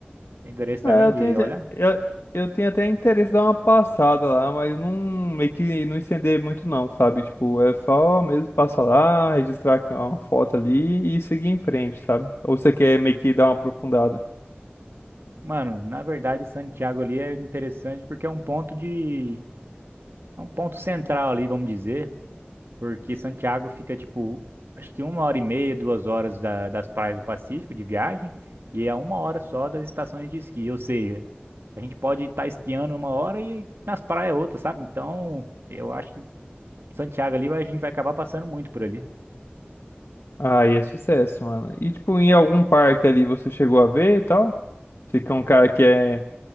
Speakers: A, on the right; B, on the left.
A: Tem interesse também
B: É, eu
A: de
B: tenho,
A: olhar?
B: eu, eu tenho até interesse de dar uma passada lá, mas não meio que não estender muito não, sabe? Tipo, é só mesmo passar lá, registrar uma foto ali e seguir em frente, sabe? Ou você quer meio que dar uma aprofundada?
A: Mano, na verdade, Santiago ali é interessante porque é um ponto de. É um ponto central ali, vamos dizer. porque Santiago fica, tipo, acho que uma hora e meia, duas horas da- das praias do Pacífico de viagem, e é uma hora só das estações de esqui, ou seja, a gente pode estar esquiando uma hora e nas praias outra, sabe? Então, eu acho que Santiago ali vai- a gente vai acabar passando muito por ali.
B: Aí é sucesso, mano. E tipo, em algum parque ali você chegou a ver e tal? Você que é um cara que é,